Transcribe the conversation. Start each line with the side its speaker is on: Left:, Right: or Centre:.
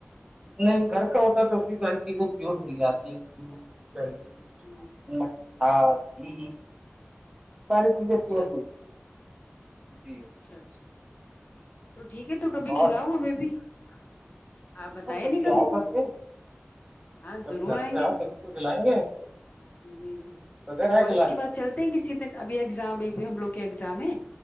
Right: نہیں گھر کا ہوتا تو اس کی سر چیزیں پیور مل جاتی ہے دودھ دہی
Left: ہ
Right: <unintelligible> مھا گھی <unintelligible> ساری چیزیں
Left: اچھا
Right: ف ملتی ہیں جی <unintelligible>
Left: اچھا اچھا تو ٹھیک ہے تو کبھی
Right: اور
Left: کھلاؤ ہمیں بھی <unintelligible> آپ بتیا
Right: ہاں
Left: نہیں کبھی
Right: آؤ
Left: تم
Right: گھر
Left: نے
Right: سے
Left: ہاں
Right: کبھی
Left: ضرور
Right: گھر
Left: آئیں
Right: پہ
Left: گے
Right: آؤ تبھی تو کھلائیں گے
Left: <unintelligible> جی جی
Right: بغیر آئے
Left: کالج
Right: کھلا
Left: کی
Right: دیں
Left: بعات چلتے ہیں کسی دن ابھی ایگزام بھی ہم لوگ کے ایگزام ہے